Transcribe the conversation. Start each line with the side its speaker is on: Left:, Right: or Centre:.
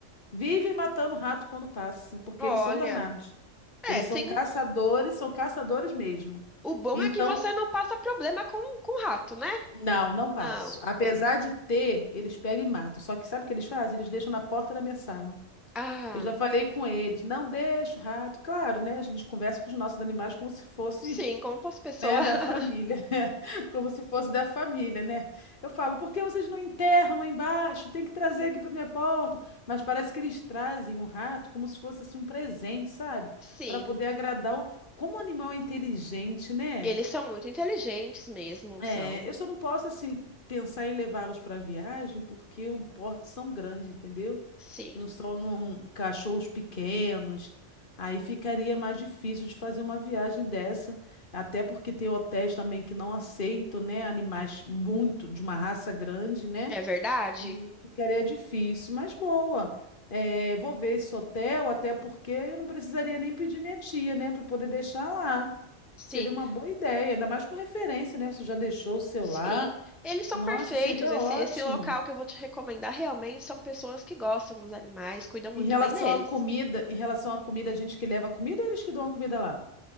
Left: Vivem matando rato quando passa, porque
Centre: olha.
Left: eles são danados.
Centre: É,
Left: Eles
Centre: tem.
Left: são caçadores, são caçadores mesmo.
Centre: O bom
Left: Então,
Centre: é que você não passa problema com, com rato, né?
Left: não, não passo.
Centre: Não.
Left: Apesar de ter, eles pegam e matam. Só que sabe o que eles fazem? Eles deixam na porta da minha sala.
Centre: Ah,
Left: Eu já falei com eles, não deixa o rato. Claro, né? A gente conversa com os nossos animais como se fosse,
Centre: sim, como posso pessoa.
Left: né, da
Centre: <laughs>
Left: família, <laughs> como se fosse da família, né? Eu falo, por que vocês não enterram lá embaixo? Tem que trazer aqui para minha porta. Mas parece que eles trazem o rato como se fosse assim um presente, sabe?
Centre: Sim.
Left: Para poder agradar o... Como o animal é inteligente, né?
Centre: Eles são muito inteligentes mesmo,
Left: É,
Centre: são.
Left: eu só não posso assim pensar em levá-los para viagem porque o porte são grandes, entendeu?
Centre: Sim.
Left: não são um, cachorros pequenos. Aí ficaria mais difícil de fazer uma viagem dessa, até porque tem hotéis também que não aceitam, né, animais muito de uma raça grande, né?
Centre: É verdade?
Left: E ficaria difícil, mas boa. É, vou ver esse hotel, até porque eu não precisaria nem pedir minha tia, né, para poder deixar lá.
Centre: Sim.
Left: Seria uma boa ideia, ainda mais com referência, né? Você já deixou o seu
Centre: Sim.
Left: lá.
Centre: Eles são
Left: Nossa,
Centre: perfeitos.
Left: seria
Centre: Esse,
Left: ótimo.
Centre: esse local que eu vou te recomendar realmente são pessoas que gostam dos animais, cuidam muito
Left: Em relação
Centre: bem deles.
Left: à comida, em relação à comida, a gente que leva a comida ou eles que dão a comida lá?